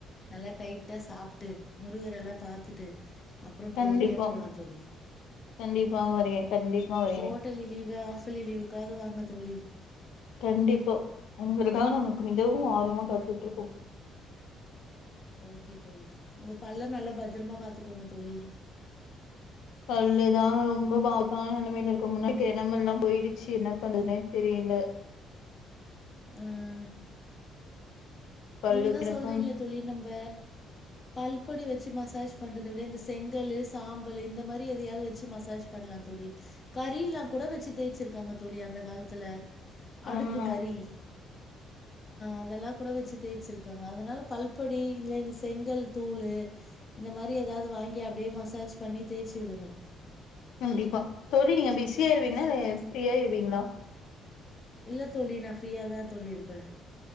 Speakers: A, on the left; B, on the left.
A: நல்லா டைட்டா சாப்ட்டு முருகர எல்லா பாத்துட்டு அப்புறோ
B: கண்டிப்பா
A: பொறுமியா போலாந்தோழி
B: கண்டிப்பாக வருகிறே கண்டிப்பா வருகிறே
A: கோட்டேலி லீவு ஆஃபலி லீவுக்காவ்து வாங்க தோழி
B: கண்டிப்பா உங்களுக்காக நாங்க கு மிகவும் ஆர்வமா காத்துட்ருக்கோ
A: ஓகே தோழி உங்க பல்ல நல்லா பத்திரமா பாத்துக்கோங்க தோழி
B: பல்லுதா ரொம்ப ஆபாத்தான நெலமைல இருக்கு முன்னாடிக்க எடமெல்லா போயிடுச்சு என்ன பண்றதுன்னே தெரியல
A: அ
B: பல்லு
A: நீங்க தா
B: எனக்கும்
A: சொல்றீங்ளே தோழி நம்ப பல்பொடி வெச்சு மசாஜ் பண்றத விட இந்த செங்கலு சாம்பலு இந்த மாரி எதையாவது வெச்சு மசாஜ் பண்லா தோழி கறி எல்லா கூட வச்சு தேய்ச்சிருக்காங்க தோழி அந்த காலத்துல அடுப்பு
B: ஆமா
A: கறி அதெல்லா கூட வச்சு தேச்சிருக்காங்க அதனால பல்பொடி இல்ல இந்த செங்கல் தூளு இந்த மாரி ஏதாது வாங்கி அப்டியே மசாஜ் பண்ணி தேச்சு விடுங்க
B: கண்டிப்பா தோழி நீங்க பிஸியா இருபிங்ல இல்ல இப்டியே இருபிங்ளா
A: இல்ல தோழி நா ஃப்ரியா தா தோழி இருப்பே